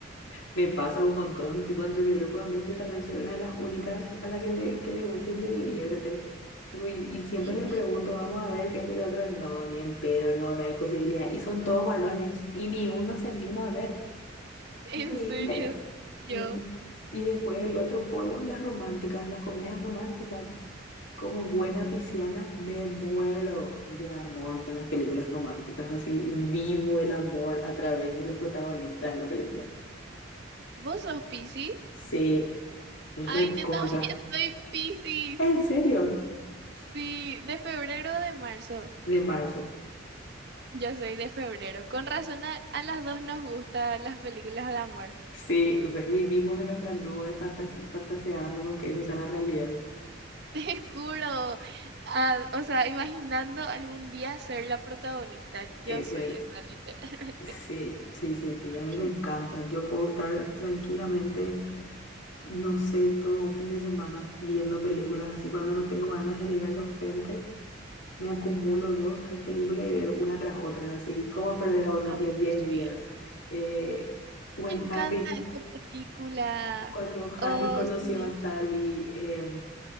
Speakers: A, on the left (about 70°); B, on the right (about 60°).
A: Me pasa un montón, tipo entre mi grupo de amigos yo también soy una de las únicas a la que le, que le gusta y le divierte. Tipo, y, y siempre
B: Ujú.
A: le pregunto, vamos a ver qué este que otro, no, ni en pedo, no, no hay posibilidad. Y son todos varones y ni uno se anima a ver.
B: <laughs> En
A: Increíbles.
B: serio, yo.
A: Y, y después el otro polo, las románticas, las comedias románticas. Como buena pisciana me muero de amor con las películas románticas, así vivo el amor a través de los protagonistas de la película.
B: ¿Vos sos Piscis?
A: Sí. Recontra.
B: Ay, yo también <laughs> soy Piscis.
A: ¿En serio?
B: Sí, de febrero o de marzo.
A: De marzo.
B: Yo soy de febrero. Con razón a, a las dos nos gustan las películas de amor.
A: Sí, revivimos en nuestra nube fantas- fantaseando con que eso sea la realidad.
B: <laughs> Te juro, ah, o sea, imaginando algún día ser la protagonista, yo
A: Ese
B: soy
A: es.
B: esa, literalmente.
A: Sí, sí, sí, sí.
B: <clears throat>
A: A mí me encanta. Yo puedo estar tranquilamente, no sé, todo un fin de semana viendo películas así. Cuando no tengo ganas de leer con gente, me acumulo dos, tres películas y veo una tras otra. Así, ¿Cómo perder a un
B: Ay,
A: hombre en Diez
B: sí.
A: días? Eh, Buen
B: Me encanta
A: Harry.
B: esa película.
A: Cuando
B: Oh,
A: Harry conoció
B: sí, no.
A: a Sally, em,